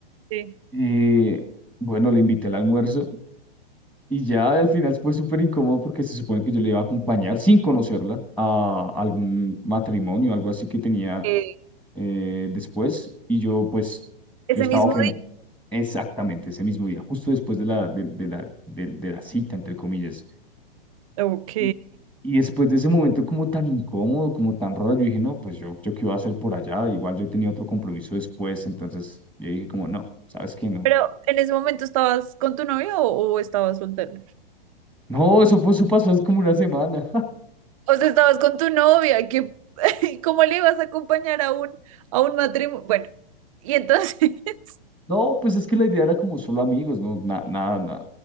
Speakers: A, on the right; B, in the centre.
A: Sí.
B: eh, bueno, le invité al almuerzo y ya al final fue súper incómodo porque se supone que yo le iba a acompañar sin conocerla a algún matrimonio, algo así que tenía
A: Eh,
B: eh, después. Y yo pues,
A: ese
B: yo estaba
A: mismo
B: ofendido
A: día.
B: Exactamente, ese mismo día, justo después de la, de, de la, del- de la cita, entre comillas.
A: que- Ok.
B: Y, y después de ese momento como tan incómodo, como tan raro, yo dije, no, pues yo, yo qué iba a hacer por allá, igual yo tenía otro compromiso después, entonces yo dije como, no, ¿sabes qué? No.
A: Pero en ese momento estabas con tu novia o, o estabas soltera?
B: No, eso, pues, eso pasó hace como una semana. <laughs>
A: O sea, estabas con tu novia, que <laughs> ¿cómo le ibas a acompañar a un, a un matrimonio? Bueno, y entonces, <laughs>
B: No, pues es que la idea era como solo amigos, no, nada, nada, nada.